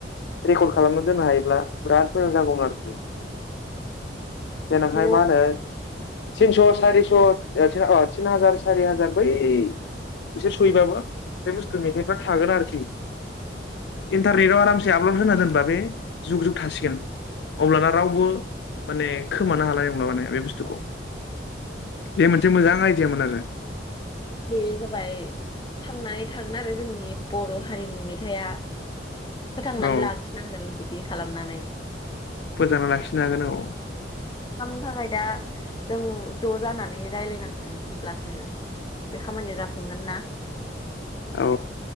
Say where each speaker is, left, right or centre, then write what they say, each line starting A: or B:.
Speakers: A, on the left (about 70°); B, on the left (about 25°).
A: रेकर्ड खालामना दोननो हायोब्ला बिराद मोजां जागौमोन आरोखि।
B: उम
A: देनांहाय
B: बेखौ
A: माहोनो तिनस सारिस थिन हाजार सारि हाजार बै एसे सहैबाबो बे बुस्थु मेथाइ फोरा थागोन आरोखि।
B: गोमालांनाय
A: इन्टारनेटाव
B: नङा
A: आरामसे आपलड होना दोन। बा बे जुग जुग थासिगोन। अब्लाना रावबो माने। खोमानो हानाय नंला माने बे बुस्थुखौ। बे मोनसे मोजां। आयदियामोन आरो।
B: बे जाबाय थांनानै थागोन आरो जोंनि। बे बर' हारिनि मेथाइआ। फोथांनानै
A: औ
B: लाखिनांगोन बिदि खालामनानै।
A: फोथांना लाखिनो हागोन औ।
B: <unintelligible> दा जों ज जानानै रायलायनांगोन होनब्लासो। बे खामानिया जाफुंगोन ना।
A: औ